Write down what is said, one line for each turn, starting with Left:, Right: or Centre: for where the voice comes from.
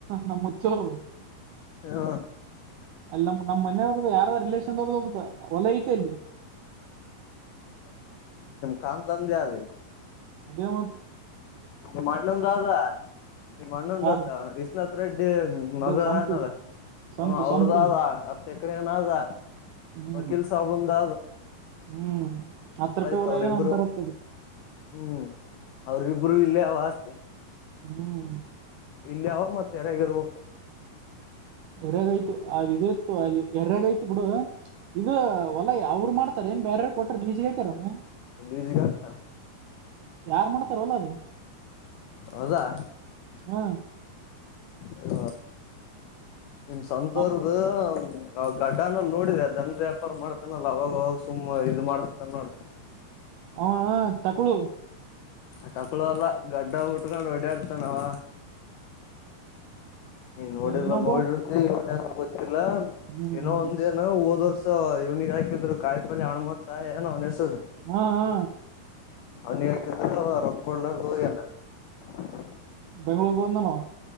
Right: ನಮ್ಮ ಮುಚ್ಚಿಯವರದು
Left: ಹ
Right: ಅಲ್ಲ ನಮ್ಮ ಮನೆ ನೋಡ್ದ ಯಾರ ರಿಲೇಶನ್ ದೊಡ್ದಡ್ತ ಒಲ ಐತೆ ಅಲ್ಲಿ
Left: ಕನ್ಧಂದೆ ಆದ
Right: ಅದೇ ಮ
Left: ನಿಮ್ಮ ಅಣ್ಣೊಂದ ಅ ನಿಮ್ಮ ಮಣ್ಣೊಂದ
Right: ಯಾರು
Left: ಆತ ಇ್ಣ ಹ ಅ
Right: ಅದೇ
Left: ಮಗ
Right: ಸಂತು
Left: ಅನಲ್ಲ
Right: ಸಂತು
Left: ಅವ್ರದ
Right: ಸಂತು
Left: ಆದ ಹತ್ತ ಎಕರೆನಾದ
Right: ಹ್ಮ್
Left: ವಕೀಲ್ ಸಾಬಂದ
Right: ಹ್ಮ್ ಹತ್ತ್ ರೂಪಾಯಿ
Left: ಒಯ್ತ
Right: ಹೊಲ
Left: ಅವ್ರಿಬ್ಬರು
Right: ಏನ್ ಅಂತಾರತ್ತದ
Left: ಹ್ಮ್ ಅವ್ರಿಬ್ಬರು ಇಲ್ಲೇ ಅವ ಅಷ್ಟೆ
Right: ಹ್ಮ್
Left: ಇಲ್ಲಾವ ಮತ್ತೆ ಯಾರಗರ್ಬೇಕ
Right: ಎರ್ಯಾಗೈತು ಅದ್ ಇ ಇತ್ತು ಅಲ್ಲಿ ಎರ್ಯಾಗೈತ್ ಬಿಡು ಇದು ಹೊಲ್ಲಾ ಯಾವರು ಮಾಡ್ತಾರ ಏನ್ ಬೇರಾರ ಕೊಟ್ರ ಲಲೀಸಿಗೆ ಹಾಕರಮ್ಮ
Left: ಲೀಸ್ಗೆ ಹಾಕ್ತಾರ
Right: ಯಾರ್ ಮಾಡ್ತಾರವಲ್ಲ ಅದು
Left: ಹೌದಾ
Right: ಹಾ
Left: ಇಗ ನಿಮ್ ಸಂತರದ
Right: ನಾವ್-
Left: ಆ ಗಡ್ಡನಲ್ ನೋಡಿದೆ ದನ್ ವ್ಯಾಪಾರ ಮಾಡ್ತಾನಲ್ಲ ಅವಾಗ ಅವಾಗ ಸುಮ್ಮ್ ಇದ ಮಾಡಸ್ತಾನ ನೋಡ
Right: <unintelligible>
Left: ಆ ತಕ್ಳು ಎಲ್ಲ ಗಡ್ಡ ಉಟ್ಕೊಂಡು ರೆಡಿ ಆರ್ತ ನಾವ ನೀ ನೋಡಿರ್ಲ್ಲ
Right: ಇನ್ನೊಬ್ಬ
Left: ನೋಡಿರ್ತಿ ಮ ಆತಿಲ್ಲ
Right: ಹ್ಮ್
Left: ಏನೋ ಒಂದ ಏನು ಓದವರ್ ಇವ್ನಿಗೆ ಹಾಕಿದ್ರು ಕಾಯಿ ಪಲ್ ಹಣ್ಮಂತ ಏನೋ ತ್ತ
Right: ಹಾ ಹಾ
Left: ಅ <unintelligible>
Right: ಬೆಂಗ್ಳೂರುಗೆ ಬಂದನೋ